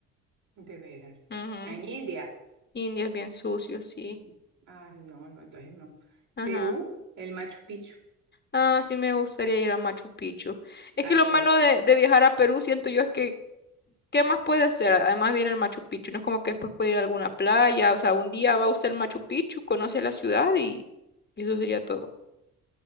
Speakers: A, on the right; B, on the left.
A: de veras.
B: Ujú.
A: En India,
B: India es bien sucio, sí.
A: ay, no, no, entonces no.
B: Ajá.
A: Perú, el Machu Picchu,
B: Ah, sí me gustaría ir a Machu Picchu. Es
A: ahí
B: que lo malo
A: me gusta.
B: de, de viajar a Perú, siento yo, es que ¿Qué más puede hacer? Además de ir al Machu Picchu, no es como que después puede ir a alguna playa, o sea, un día va usted al Machu Picchu, conoce la ciudad y, y eso sería todo.